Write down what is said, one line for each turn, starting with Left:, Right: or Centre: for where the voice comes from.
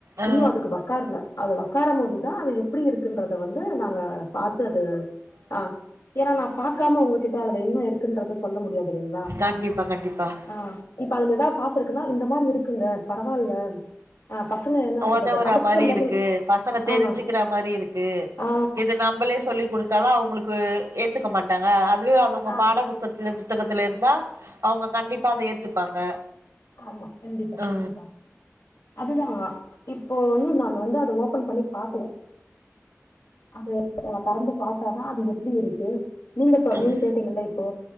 Right: ஆ
Left: இன்னு அதுக்கு வக்காரல அது வக்காரும் போதுதான் அது எப்படி இருக்குன்றத வந்து நாங்க பாத்து அத ஆ ஏன்னா நான் பாக்காம உங்ககிட்ட அதுல என்ன இருக்குன்றத சொல்ல முடியாது இல்லைங்களா
Right: கண்டிப்பா கண்டிப்பா
Left: ஆ இப்ப அதுல எதா பாத்துருக்குன்னா இந்த மாதிரி இருக்குங்க பரவால்ல ஆ பசங்க என்ன
Right: உதவுற
Left: சொல்றது அடுத்த
Right: மாரி
Left: லெவல்
Right: இருக்கு பசங்க தெரிஞ்சிக்கிற
Left: ஆ
Right: மாரி இருக்கு
Left: ஆ
Right: இது நாம நம்மளே சொல்லி கொடுத்தாலு அவுங்களுக்கு ஏத்துக்க மாட்டாங்க அதுவே அவுங்க
Left: ஆ
Right: பாட புக் த்துல புத்தகத்துல இருந்தா அவங்க கண்டிப்பா அத ஏத்துப்பாங்க
Left: ஆமா கண்டிப்பா
Right: ஆ
Left: கண்டிப்பா அதுதான் இப்போ இன்னும் நான் வந்து அத ஓபன் பண்ணி பாக்கல அது தெறந்து பாத்தாதான் அது எப்படி இருக்கு நீங்க சொ
Right: ம்
Left: நீங்க கேட்டீங்கள இப்போ